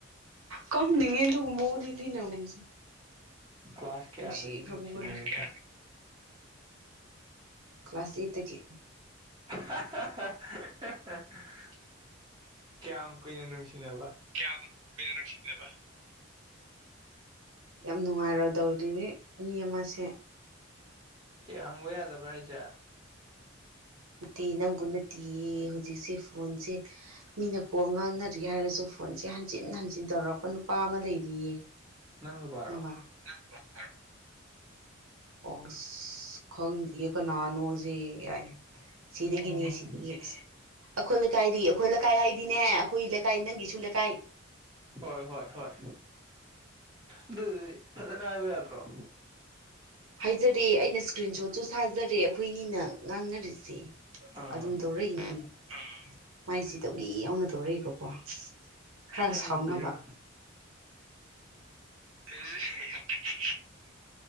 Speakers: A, on the right (about 80°); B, on the right (about 25°).
A: ꯀꯞꯅꯤꯉꯦ ꯑꯗꯨꯒꯨꯝꯕꯥ ꯋꯥꯔꯤ ꯂꯤꯅꯒꯨꯟꯁꯦ
B: ꯀ꯭ꯂꯥꯁ ꯀꯌꯥꯗꯒꯤ
A: ꯁꯤ
B: ꯅꯨꯡꯁꯤꯅꯔꯛꯀꯦ
A: ꯈꯕꯕꯣ ꯀ ꯀ꯭ꯂꯥꯁ ꯑꯩꯠꯇꯒꯤ
B: <unintelligible> ꯀꯌꯥꯝ ꯀꯨꯏꯅ ꯅꯨꯡꯁꯤꯅꯕ
A: ꯀꯌꯥꯝ ꯀꯨꯏꯅꯥ ꯅꯨꯡꯁꯤꯗ꯭ꯔꯦꯕꯥ ꯌꯥꯝ ꯅꯨꯡꯉꯥꯏꯔꯗꯧꯔꯤꯕ ꯃꯤ ꯑꯃꯁꯦ
B: ꯑꯦ ꯍꯪꯕ ꯌꯥꯗꯕ꯭ꯔꯥ ꯍꯥꯏꯁꯦ
A: ꯅꯠꯇꯦ ꯅꯪꯕꯨ ꯅꯠꯇꯦ ꯍꯧꯖꯤꯛꯁꯦ ꯐꯣꯟꯁꯦ ꯃꯤꯅ ꯀꯣꯜ ꯉꯥꯡꯅꯔꯤ ꯌꯦ ꯍꯥꯏꯔꯁꯨ ꯐꯣꯟꯁꯦ ꯍꯟꯖꯤꯟ ꯍꯟꯖꯤꯟ ꯇꯧꯔꯛꯄ ꯅꯨꯄꯥ ꯑꯃ ꯂꯩꯔꯤꯌꯦ
B: <unintelligible> ꯅꯨꯄꯥꯔꯣ
A: ꯑ ꯋꯥ <unintelligible> ꯑꯣꯁ ꯈꯪ ꯗꯤꯌꯦ ꯀꯅꯥꯅꯣꯖꯦ ꯌꯥꯏ ꯁꯤꯗꯒꯤꯅꯦ
B: ꯎꯝ
A: ꯁꯤꯗꯒꯤꯁꯦ ꯑꯩꯈꯣꯏ ꯂꯩꯀꯥꯏꯗꯒꯤ ꯑꯩꯈꯣꯏ ꯂꯩꯀꯥꯏ ꯍꯥꯏꯗꯤꯅꯦ ꯑꯩꯈꯣꯏ ꯂꯩꯀꯥꯏ ꯅꯪꯒꯤꯁꯨ ꯂꯩꯀꯥꯏ
B: ꯍꯣꯏ ꯍꯣꯏ ꯍꯣꯏ ꯑꯗꯨꯗꯤ ꯐꯖꯅ ꯍꯥꯏꯕ ꯌꯥꯗ꯭ꯔꯣ
A: ꯍꯥꯏꯖꯔꯤꯦ ꯑꯩꯅ ꯏꯁꯀ꯭ꯔꯤꯟ ꯁꯣꯠꯁꯨ ꯁꯥꯖꯔꯦ ꯑꯩꯈꯣꯏꯅꯤꯅ ꯉꯥꯡꯅꯔꯤꯁꯦ
B: ꯑꯥ
A: ꯑꯗꯨꯝ ꯇꯧꯔꯛꯏꯅꯤꯅꯦ ꯃꯥꯏꯁꯤ ꯇꯧꯒꯦ ꯌꯥꯎꯅ ꯇꯧꯔꯛꯏꯕꯀꯣ ꯈꯔ
B: ꯅꯪꯉꯄꯤꯔ
A: ꯁꯥꯎꯅꯕ ꯐ <unintelligible>